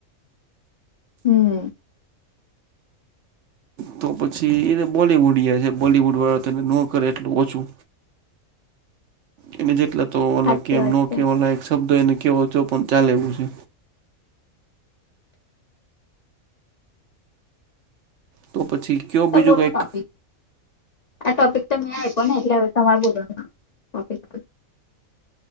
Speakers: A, on the left (about 40°); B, on the right (about 60°).
A: હમ.
B: તો પછી એને બોલીવૂડ જાય છે, બોલીવૂડ વાળા તેને ન કરે એટલું ઓછું. એને જેટલા તો ઓ
A: સાચી
B: કેમ
A: વાત
B: ન
A: છે
B: કે ઓ, એક શબ્દ એને કેવો છો પણ ચાલે એવું છે. તો પછી. કયો
A: તો
B: બીજું
A: બોલા
B: કંઈક
A: કાપી. આ ટોપિક તો મેં આપ્યો ને, એટલે હવે તમારે બોલવાનું ટોપિક.